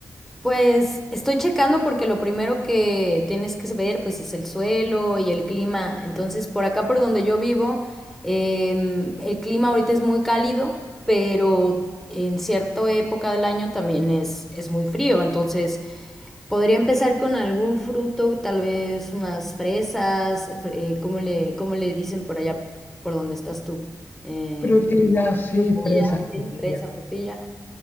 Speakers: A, in the centre; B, on the left (about 30°).
A: Pues estoy checando porque lo primero que tienes que ver pues es el suelo y el clima. Entonces por acá por donde yo vivo em, el clima ahorita es muy cálido, pero en cierta época del año también es, es muy frío. Entonces podría empezar con algún fruto, tal vez unas fresas, fre- eh, ¿cómo le, cómo le dicen por allá por donde estás tú? Eh,
B: Frutillas, sí,
A: frutilla,
B: fresas, frutillas.
A: sí, fresa, frutilla.